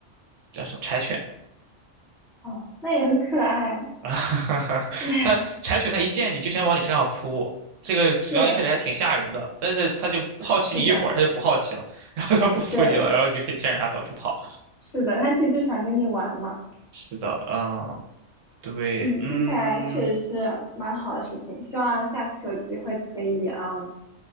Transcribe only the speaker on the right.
叫什么柴犬，
<laughs>
它柴犬它一见你就想往你身上扑，这个实际上一开始还挺吓人的，
但是它就好奇你一会儿，
它就不好奇了，<laughs> 然后它不扑你了，
然后你就可以牵着它到处跑。
是的，嗯，对，
嗯，